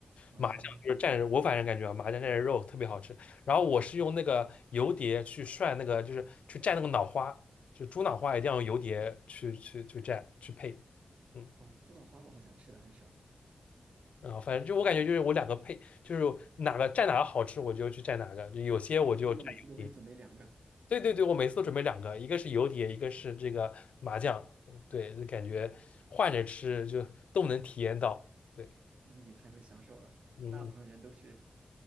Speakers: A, on the right (about 75°); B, on the left (about 85°).
A: 啊
B: 麻酱，就是蘸着我反正感觉啊，麻酱蘸着肉特别好吃。然后我是用那个油碟去涮那个，就是去蘸那个脑花，就猪脑花一定要用油碟去去去蘸去配。嗯，
A: 啊，猪脑花我好像吃的很少，
B: 然后反正就我感觉就是我两个配，就是哪个蘸哪个好吃我就去蘸哪个，就有些我就蘸油碟。
A: 所以你每次都会准备两个，
B: 对对对，我每次都准备两个，一个是油碟，一个是这个麻酱。嗯对，就感觉换着吃就都能体验到。对，
A: 你太会享受了。
B: 嗯。
A: 大部分人都是
B: 嗯